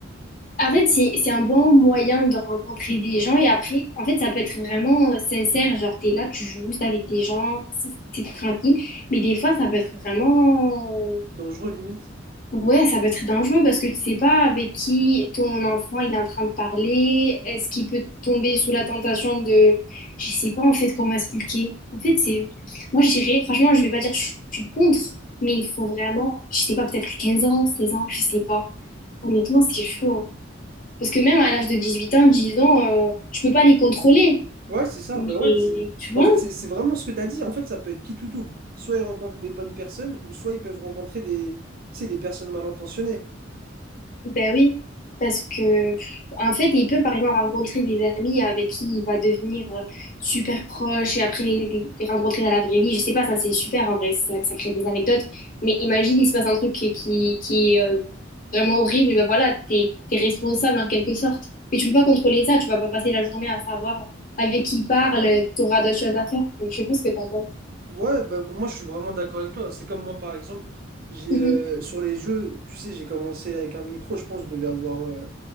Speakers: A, on the left; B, on the right.
A: En fait, c'est, c'est un bon moyen de rencontrer des gens et après, en fait, ça peut être vraiment euh, sincère. Genre, t'es là, tu joues juste avec des gens, c'est c'est tranquille. Mais des fois, ça peut être vraiment...
B: Dangereux limite.
A: Ouais, ça peut être dangereux parce que tu sais pas avec qui ton enfant il est en train de parler. Est-ce qu'il peut tomber sous la tentation de... Je sais pas en fait comment expliquer. En fait, c'est... Moi, je dirais... Franchement, je vais pas dire que je suis contre, mais il faut vraiment... Je sais pas, peut-être 15 ans, 16 ans, je sais pas. Honnêtement, c'est chaud. hein. Parce que même à l'âge de 18 ans, 10 ans, euh, tu peux pas les contrôler.
B: Ouais, c'est ça.
A: Mais
B: Bah ouais, c'est-
A: tu vois,
B: en fait, c'est c'est vraiment ce que tu as dit. En fait, ça peut être qui tout double. Soit ils rencontrent des bonnes personnes, ou soit ils peuvent rencontrer des, tu sais, des personnes mal intentionnées.
A: ben oui. Parce que, pff, en fait, il peut par exemple rencontrer des amis avec qui il va devenir euh, super proche et après les rencontrer dans la vraie vie. Je sais pas, ça c'est super en vrai, ça, ça crée des anecdotes. Mais imagine, il se passe un truc qui, qui, qui est euh, vraiment horrible, et ben voilà, t'es, t'es responsable en quelque sorte. Mais tu peux pas contrôler ça, tu vas pas passer la journée à savoir avec qui il parle, t'auras d'autres choses à faire. Donc, je sais pas ce que t'en penses.
B: Ouais, bah, moi, je suis vraiment d'accord avec toi. C'est comme moi, par exemple, j'ai
A: Mhm.
B: euh, sur les jeux, tu sais, j'ai commencé avec un micro, je pense, je devais avoir euh,